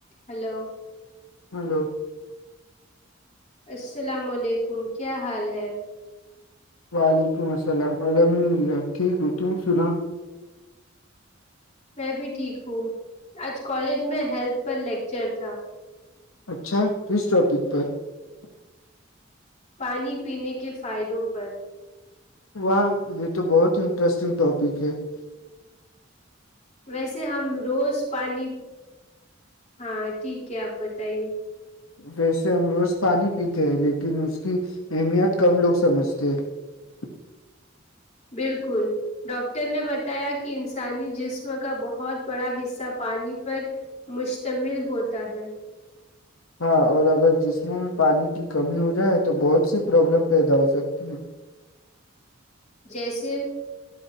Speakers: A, on the left (about 35°); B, on the left (about 90°).
A: hello
B: hello <unintelligible>
A: السلام علیکم کیا حال ہے
B: وعلیکم السلام الحمد للہ ٹھیک ہو تم سنا <unintelligible>
A: میں بھی ٹھیک ہوں آج کالج میں ہیلتھ پر لیکچر تھا
B: اچھا توس ٹاپک پر <unintelligible>
A: پانی پینے کے فائدوں پر <unintelligible>
B: واہ یہ تو بہت انٹرسٹنگ ٹاپ <unintelligible> <unintelligible> پھے <unintelligible>
A: ویسے ہم روز پانی ہاں ٹھیک ہے آپ بتائیے
B: ویسے ہم روز پانی پیتے ہیں لیکن اس کی اہمیت کم لوگ سمجھتے ہیں <unintelligible>
A: بالکل ڈاکٹر نے بتایا کہ انسانی جسم کا بہت بڑا حصہ پانی پر مشتمل ہوتا ہے
B: ہاں اور اگر جسموں میں پانی کی کمی ہو جائے تو بہت سی پرابلم پیدا ہو سکتی ہے <unintelligible>
A: جیسے